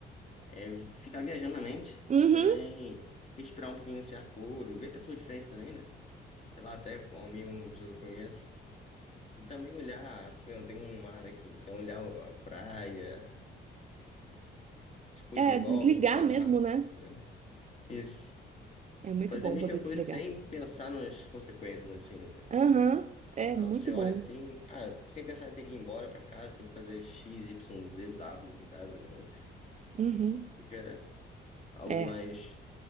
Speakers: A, on the left; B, on the right.
A: é vi- ficar viajando na mente
B: Uhum,
A: e também respirar um pouquinho esse ar puro, ver pessoas diferentes também, né? Sei lá, até com um amigo, uma pessoa que eu conheço. E também olhar, por exemplo, tem um mar aqui, então olhar a praia, as coisas
B: é,
A: em volta,
B: desligar
A: os barcos,
B: mesmo, né?
A: né? Isso.
B: É muito
A: Fazer
B: bom
A: meio
B: poder
A: que uma coisa
B: desligar.
A: sem pensar nas consequências, né, assim, né?
B: Aham, é
A: Sei lá,
B: muito
A: Você
B: bom.
A: olha assim, ah, sem pensar em ter que ir embora pra casa, tem que fazer X, Y, Z, W em casa, né?
B: Uhum,
A: Fica algo
B: é.
A: mais,